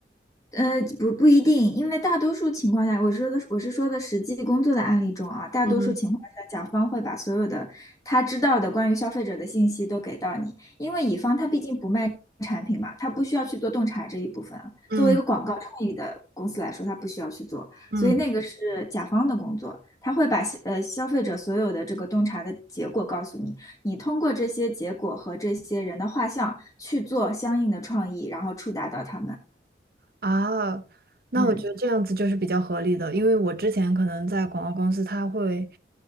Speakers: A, on the left (about 20°); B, on the right (about 55°).
A: 呃，不不一定，因为大多数情况下，我说的我是说的实际工作的案例中啊，大多数情况下，
B: 嗯
A: 甲方会把所有的他知道的关于消费者的信息都给到你，因为乙方他毕竟不卖产品嘛，他不需要去做洞察这一部分啊作为一个广告创意的公司来说，
B: 嗯
A: 他不需要去做，
B: 嗯。
A: 所以那个是甲方的工作，他会把呃消费者所有的这个洞察的结果告诉你，你通过这些结果和这些人的画像去做相应的创意，然后触达到他们，
B: 啊，那我觉得这样子就是比较合理的，
A: 嗯。
B: 因为我之前可能在广告公司，他会，